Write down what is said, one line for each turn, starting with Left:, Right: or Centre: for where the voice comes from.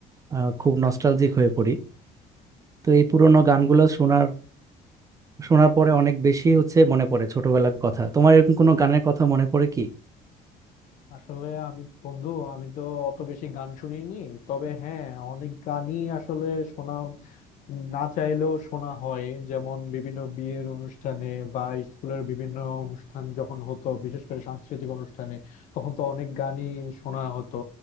Right: আহ, খুব নস্টালজিক হয়ে পড়ি তো এই পুরোনো গানগুলো শোনার শোনার পরে অনেক বেশি হচ্ছে মনে পড়ে ছোটবেলার কথা তোমার এরকম কোনো গানের কথা মনে পড়ে কি
Left: আসলে আমি বন্ধু আমি তো অত বেশি গান শুনিনি তবে হ্যাঁ অনেক গানই আসলে শোনা না চাইলেও শোনা হয় যেমন বিভিন্ন বিয়ের অনুষ্ঠানে বা স্কুলের বিভিন্ন অনুষ্ঠান যখন হতো বিশেষ করে সাংস্কৃতিক অনুষ্ঠানে তখন তো অনেক গানই শোনা হতো